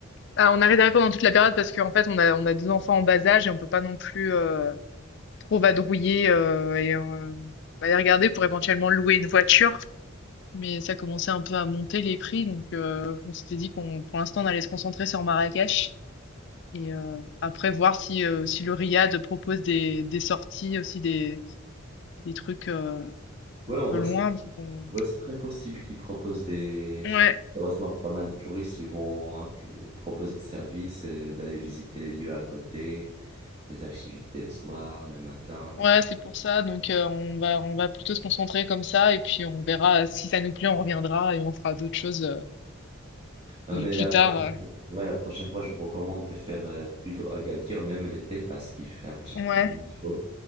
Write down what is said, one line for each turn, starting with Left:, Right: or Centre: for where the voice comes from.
Left: Ah, on a réservé pendant toute la période parce qu'en fait on a on a deux enfants en bas âge et on peut pas non plus. euh, trop vadrouiller euh, et euh, on allait regarder pour éventuellement louer une voiture. Mais ça commençait un peu à monter les prix, donc euh, on s'était dit qu'on, pour l'instant, on allait se concentrer sur Marrakech et euh, après voir si, euh, si le Riad propose des, des sorties aussi des, des trucs euh, un
Right: Ouais, en vrai,
Left: peu loin. faut qu'on-
Right: Ouais, c'est très possible qu'ils proposent des...
Left: Ouais,
Right: Ils reçoivent pas mal de touristes, ils vont hein, que- proposent des services, euh, d'aller visiter les lieux à côté, les activités le soir, le matin.
Left: ouais,
Right: et-
Left: c'est pour ça. Donc euh, on va on va plutôt se concentrer comme ça et puis on verra si ça nous plaît, on reviendra et on fera d'autres choses euh,
Right: Non, mais
Left: plus
Right: la prochaine...
Left: tard. euh.
Right: Ouais, la prochaine fois, je vous recommande de faire euh, plutôt Agadir, même l'été, parce qu'il fait un petit
Left: Ouais,
Right: peu chaud,